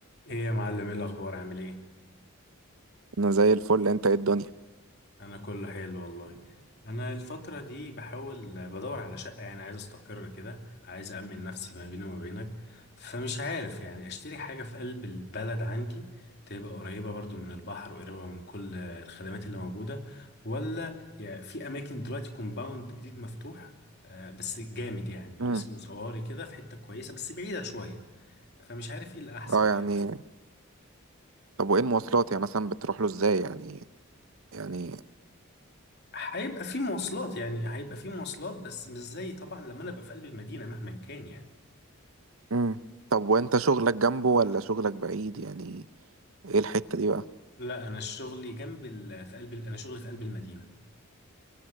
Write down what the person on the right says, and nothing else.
انا زي الفل انت ايه الدنيا
امم
اه يعني
طب وايه المواصلات يعني مثلا بتروح له ازاي يعني يعني
امم طب وانت شغلك جنبه ولا شغلك بعيد يعني ايه الحتة دي بقى